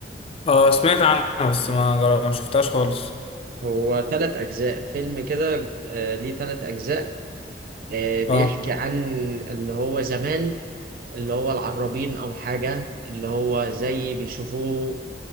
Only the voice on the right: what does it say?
هو تلات اجزاء فيلم كده آه، ليه تلات اجزاء آه، بيحكي
عن اللي هو زمان اللي هو العرابين أو حاجة اللي هو زي بيشوفوه